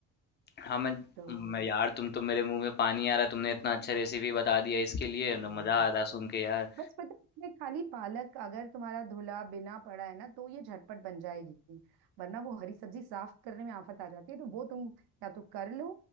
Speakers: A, on the left; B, on the right.
A: हाँ मैं
B: तो
A: मैं यार तुम तो मेरे मुंह में पानी आ रहा है तुमने इतना अच्छा रेसिपी बता दिया इसके लिए
B: हाँ
A: तो मजा आ रहा सुन के यार
B: बस पता है इसमें खाली पालक अगर तुम्हारा धुला बिना पड़ा है ना तो ये झटपट बन जाएगी वरना वो हरी सब्जी साफ करने में आफत आ जाती है तो वो तुम या तो कर लो